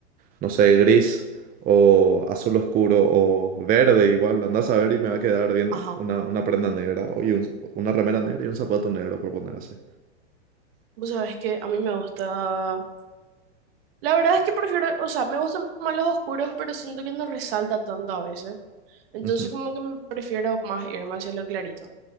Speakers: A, on the right; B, on the right.
A: no sé, gris o azul oscuro o verde igual, andás a ver y me va a quedar bien
B: ajá.
A: una, una prenda negra o- y un- una remera negra y un zapato negro, por poner así.
B: Vos sabés que a mí me gusta... La verdad es que prefiero, o sea, me gustan más los oscuros, pero siento que no resalta tanto a veces. Entonces
A: Ujú.
B: como que me prefiero más irme hacia lo clarito.